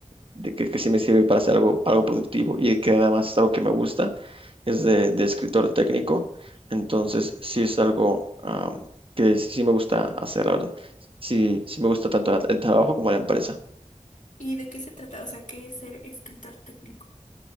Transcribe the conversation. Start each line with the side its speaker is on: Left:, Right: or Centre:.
Right: de que, que sí me sirve para hacer algo, algo productivo y que además es algo que me gusta, es de, de escritor técnico, entonces sí es algo am, que sí sí me gusta hacer, la verdad. Sí, sí me gusta tanto el el trabajo como la empresa.
Left: ¿Y de qué se trata? O sea, ¿qué es ser escritor técnico?